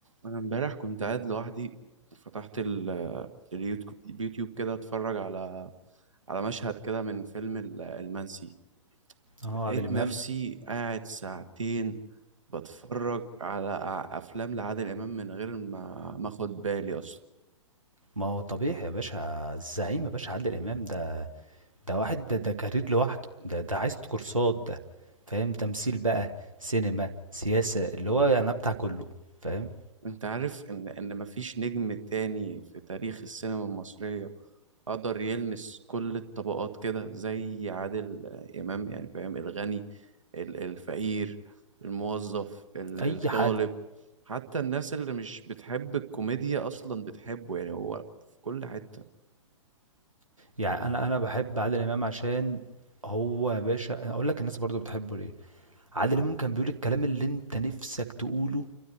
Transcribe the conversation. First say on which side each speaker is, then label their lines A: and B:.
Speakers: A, on the right; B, on the right.
A: انا امبارح كنت قاعد لوحدي فتحت ال- اليوتيوب اليوتيوب كده اتفرج على على مشهد كده من فيلم ال- المنسي
B: اه
A: لقيت
B: عادل امام
A: نفسي قاعد ساعتين بتفرج على أ- افلام لعادل امام من غير ما ما اخد بالي اصلا
B: ما هو طبيعي يا باشا الزعيم يا باشا عادل امام ده ده واحد ده ده كارير لوحده ده ده عايز كورسات ده فاهم تمثيل بقى سينما سياسة اللي هو يعني أنا بتاع كله فاهم
A: انت عارف ان ان مفيش نجم تاني في تاريخ السينما المصرية قدر يلمس كل الطبقات كده زي عادل امام يعني فاهم الغني ال- الفقير الموظف ال-
B: اي
A: الطالب
B: حد
A: حتى الناس اللي مش بتحب الكوميديا اصلا بتحبه يعني هو في كل حتة
B: يعني انا انا بحب عادل امام عشان هو يا باشا اقول لك الناس برضو بتحبه ليه عادل امام كان بيقول الكلام اللي انت نفسك تقوله